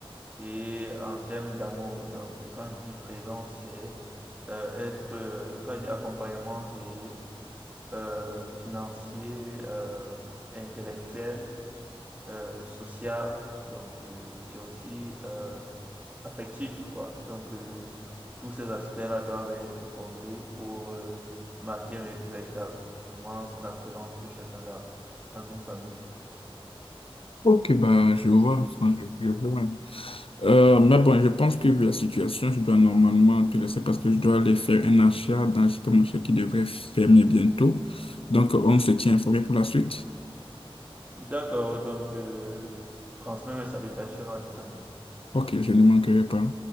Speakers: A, on the right; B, on the left.
A: et en termes d'amour. Donc, euh, quand je dis présence, c'est euh, être, euh, quand je dis accompagnement, c'est euh, financier, euh, intellectuel euh, social donc euh, et aussi euh, affectif quoi donc euh, tous ces aspects-là doivent être comblés pour euh, marquer ré- véritablement la présence de chacun dans, dans une famille.
B: Ok, bah, je vois, enfin, je, je vois. Euh, mais bon, je pense que vu la situation, je dois normalement te laisser parce que je dois aller faire un achat dans le supermarché qui devrait fermer bientôt. Donc, on se tient informé pour la suite.
A: D'accord, donc euh, transmets mes salutations à ta famille.
B: Ok, je ne manquerai pas.